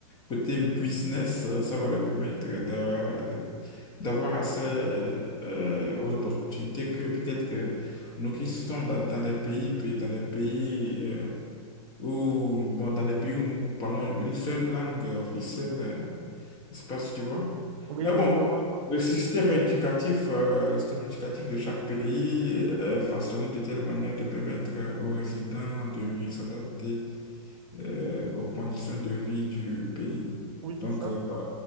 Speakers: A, on the left; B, on the right.
A: côté business, euh, ça va leur permettre d'a- d'avoir accès euh, aux opportunités que peut-être euh, nous qui sommes dans, dans des pays, puis dans des pays euh, où bon, dans des pays où nous parlons une seule langue officielle. euh, je sais pas si tu vois.
B: Oui,
A: Mais
B: je,
A: bon,
B: je vois un peu.
A: le système éducatif, euh, le système éducatif de chaque pays est façonné de telle manière de permettre aux résidents de mieux s'adapter euh, aux conditions de vie du pays.
B: Oui,
A: Donc,
B: c'est ça.
A: euh, bah,